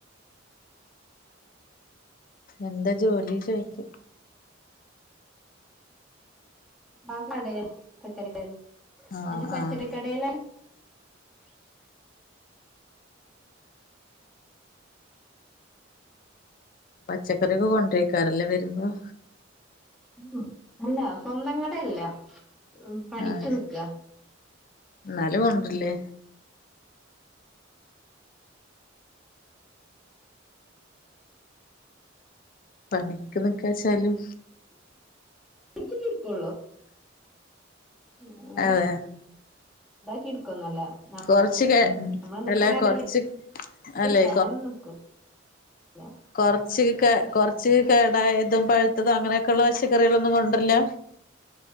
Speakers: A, on the left; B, in the centre.
A: എന്താ ജോലി ചോയിക്കും
B: ആ കടെൽ ഇപ്പ തെരക്കാണ്
A: ആഹ്
B: അന്ന് <unintelligible>
A: ആഹ്
B: കടെൽ അന്ന്
A: പച്ചക്കറിയൊക്കെ കൊണ്ടരിക്കാറില്ലേ വരുമ്പം
B: ഉമ്മ അല്ല സ്വന്തംകടയല്ല ഉം പണിക്കുനിക്ക
A: ആഹ് എന്നാലും കൊണ്ടിരില്ലേ പണിക്കു നിക്കാച്ചാലും
B: ഇരിക്കുള്ളു ഉം
A: അതെ
B: <inaudible> എടുക്കൂന്നല്ല ന
A: കൊറച്ച്
B: നമ്മളു നിക്കണകടല്
A: അല്ല കൊറച്ച്
B: പ്രത്യേകിച്ചങ്ങനെ
A: അല്ലെ
B: നിൽക്കും യാ
A: കുറച്ച്ക്കെ കുറച്ച് കേടായതും പഴുത്തതും അങ്ങനെഓക്കെഉള്ളെ പച്ചക്കറികളൊന്നും കൊണ്ടിരില്ല